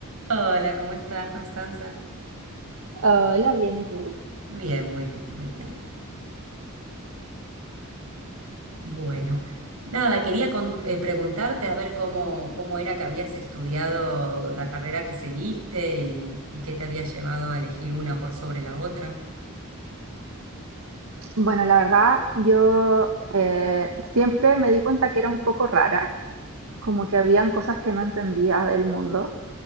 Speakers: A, on the right; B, on the right.
A: Hola, ¿cómo estás, Constanza?
B: Hola, bien, ¿y tú?
A: Bien, muy bien, muy bien. Bueno, nada, quería con- eh, preguntarte a ver cómo, cómo era que habías estudiado la carrera que seguiste y, y qué te había llevado a elegir una por sobre la otra.
B: Bueno, la verdad, yo eh, siempre me di cuenta que era un poco rara, como que habían cosas que no entendía del mundo